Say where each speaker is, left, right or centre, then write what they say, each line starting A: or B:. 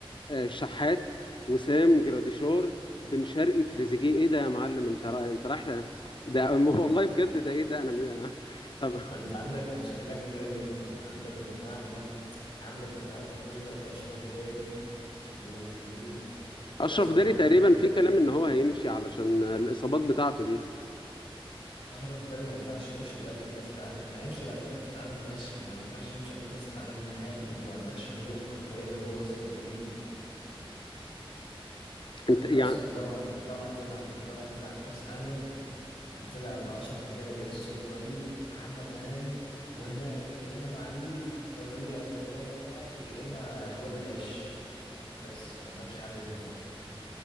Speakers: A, on the left; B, on the left.
A: آه، الشحات وسام جراديشار بن شرقي تريزيجيه ايه ده يا معلم انت را... انت رايح ده ده- <laughs> والله بجد ده ايه ده انا م... <laughs> طب
B: ما انت عندك مشكلة كبيرة جدا عندك دفاع ملط عندك دفاع ما فيهوش غير أشرف داري ومين
A: اشرف
B: وياسر
A: داري
B: إبراهيم
A: تقريبا في كلام ان هو هيمشي علشان الاصابات بتاعته دي
B: أشرف داري ما ينفعش يمشي قبل كأس العالم هيمشي بعد كأس العالم ماشي إنه ما ينفعش يمشي قبل كأس العالم نهائي أنت ما عندكش غيره حرفيا هو وياسر إبراهيم يعني
A: انت
B: أنت
A: يعني
B: أصلا لو هت... لو هتلعب لو هتلعب كأس عالم هتلعب بأشرف داري ياسر إبراهيم محمد هاني وهناك يا إما معلول لو رجع للفورمة بتاعته يا إما الواد العش بس ما عندكش حد تاني